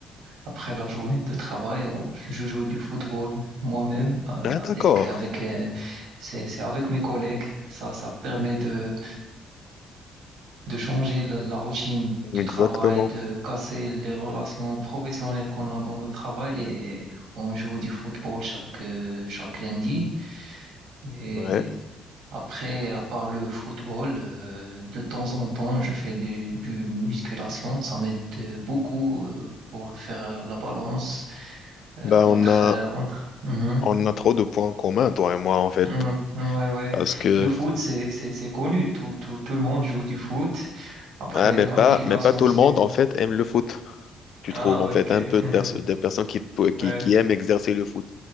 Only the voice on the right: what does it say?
Après la journée de travail, on- je joue du football moi-même euh, avec
avec euh, c'est c'est avec mes collègues. Ça ça permet de de changer la, la routine
du travail, de casser les relations professionnelles qu'on a dans le travail et on joue du football chaque euh, chaque lundi. Et
après, à part le football, euh, de temps en temps, je fais des du musculation. Ça m'aide euh, beaucoup euh, pour faire la balance Euh,
entre
euh, entre Mhm.
Mhm. Ouais ouais
le foot c'est c'est c'est connu tout tout tout le monde joue du foot après
la
musculation
c'est
ah
ok
<laughs>
ouais